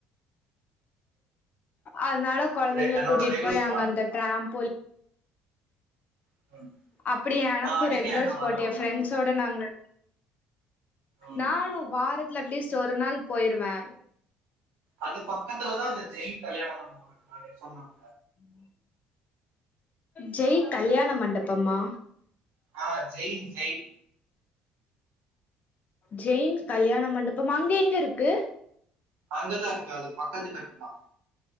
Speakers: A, on the left; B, on the right.
A: அதுனால கொழந்தைங்ள
B: ரெ- என்னோட
A: கூட்டிட்
B: ரெகுலர்
A: போய்
B: ஸ்பாட்
A: அங்க அந்த
B: மேம்
A: டிராம்போ
B: <unintelligible>
A: அப்பிடியா எனக்கு
B: நான் அடிக்கடி
A: ரெகுலர்
B: அங்க
A: ஸ்பாட்
B: வருவேன்
A: எ ஃப்ரெண்ட்ஸ்
B: மேம்
A: ஸோட நாங்க
B: ம்.
A: நானு வாரத்துல அட்லீஸ்ட் ஒரு நாள் போயிருவே
B: அதுக் பக்கத்துல தா அந்த ஜெய் கல்யாண மண்டப இருக்கு அன்னைக் சொன்னாங்
A: ம் ஜெய் கல்யாண மண்டபம்மா
B: ஆ ஜெயின் ஜெய்
A: ஜெயின் கல்யாண மண்டபம் அங்க எங்க இருக்கு?
B: அங்கதா இருக்கு அதுக் பக்கத்து கட்டு தா